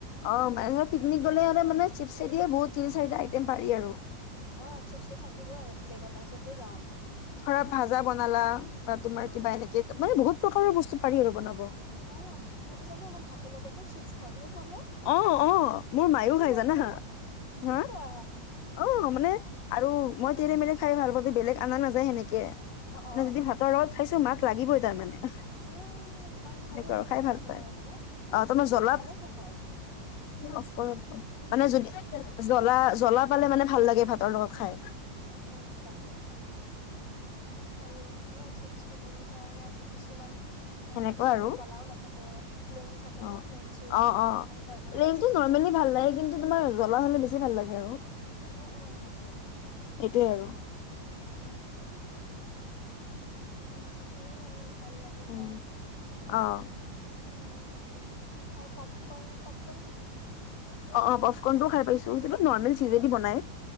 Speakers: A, on the left; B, on the left.
A: অ' <unintelligible> পিকনিক গলে আৰু মানে চিপচে দিয়ে বহুত তিনি-চাৰিটা আইটেম পাৰি আৰু।
B: অ' চিপচ থাকিব আৰু বেগত মানে যতে যাওঁ আমি।
A: ধৰা ভাজা বনালা বা তোমাৰ
B: উম,
A: কিবা এনেকে মানে বহুত প্ৰকাৰৰ বস বস্তু পাৰি আৰু বনাব।
B: অ' মইতো জানা? মই ভাত লগতো চিপচ খাওঁ। তুমি খোৱা নে?
A: অ', অ', মোৰ মায়ো
B: কি
A: খাই
B: মজা
A: জানা,
B: লাগে ন? কি
A: হা।
B: কোৱা?
A: অ', মানে আৰু
B: উম,
A: মই তেৰে মেৰে খাই ভাল পাওঁ। বেলেগ আনা নাযায় সেনেকে।
B: অ', অ',
A: মানে যদি ভাতৰ লগত খাইছো মাক লাগিবই তাৰ মানে। এনেকুৱা
B: অ উম। আম ভাল লাগে
A: আৰু
B: কিন্তু
A: খাই ভাল
B: ভাতৰ
A: পায়
B: লগতো ন? টেষ্ট
A: অহ,
B: এটা
A: তমানে
B: কিবা
A: জ্বলাত
B: বেলেগ আহে।
A: অফ' কৰ অফ' কৰ মানে যদি জ্বলা জ্বলা পালে মানে ভাল লাগে ভাতৰ লগত খাই।
B: উম উম, তাকে। আৰু হৈ আছে <unintelligible> বহুত ধৰণে আছে কিছুমান অ',
A: সেনেকুৱা
B: কিছুমানত
A: আৰু
B: জ্বলাও নাথাকে। প্লেইন থাকে ন
A: অ',
B: প্লেইন চিপছ।
A: অ', অ',
B: আংকাল আংকাল
A: প্লেইনটো
B: চিপছটো
A: নৰ্মেলি
B: যে,
A: ভাল লাগে কিন্তু তোমাৰ জ্বলা হ'লে বেছি <unintelligible> ভাল লাগে আৰু
B: উম উম উম তাকে
A: এইটোয়ে আৰু
B: উম উম তাৰপিছত সেয়াই আৰু। ভাল লাগে খাই
A: উম, অহ।
B: উম, আৰু তপকন-প'প
A: অ', অ', প'ফক'ৰ্নটোও খাই পাইছোঁ কিন্তু নৰ্মেল চিজেদি বনাই।